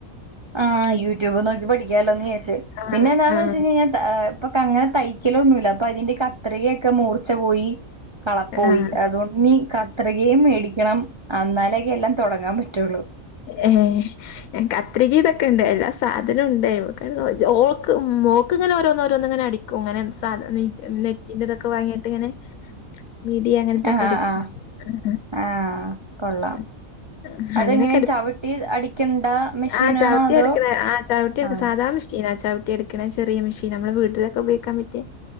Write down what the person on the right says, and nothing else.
ആ യൂട്യൂബ് നോക്കി പഠി ക്കാലോന്ന് വിചാരിച്ച്
പിന്നെന്താന്ന്
വെച്ച് കഴിഞ്ഞ താ പ്പൊങ്ങനെ തയ്ക്കലൊന്നുല്ല അപ്പൊ അതിന്റെ കത്രികയൊക്കെ മൂർച്ച പോയി കളപ്പോയി
അതുകൊണ്ടിനി കത്രികയും മേടിക്കണം അന്നാലേക്കെ എല്ലാം തൊടങ്ങാൻ പറ്റുള്ളൂ
ആഹ്
ആഹ്
ആഹ് കൊള്ളാം
അതെങ്ങനെ ചവിട്ടി അടിക്കണ്ട മെഷീനാണോ
അതോ
ആഹ്